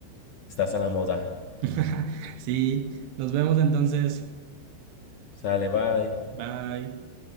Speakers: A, on the left (about 60°); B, on the right (about 75°).
A: estás a la moda.
B: <laughs> sí, nos vemos entonces.
A: Sale, bye.
B: Bye.